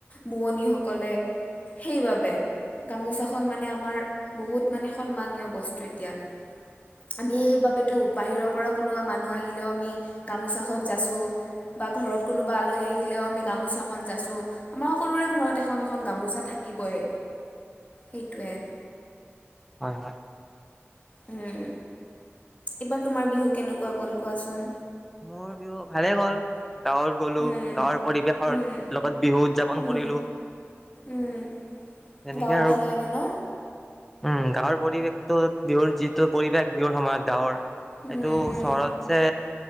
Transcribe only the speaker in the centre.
হয় হয়।
মোৰ বিহু, ভালে গ'ল। গাঁৱত গলো,
গাঁৱৰ পৰিৱেশৰ
লগত বিহু উদযাপন
কৰিলো।
তেনেকে
আৰু
উম,
গাঁৱৰ পৰিৱেশটো বিহুৰ যিটো পৰিৱেশ বিহুৰ সময়ত গাঁৱৰ
এইটো
চহৰতছে